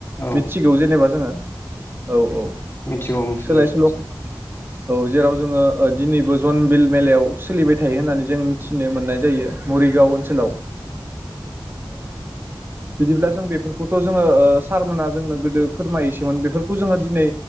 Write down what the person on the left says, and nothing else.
औ
मिथिगौ मिथिगौ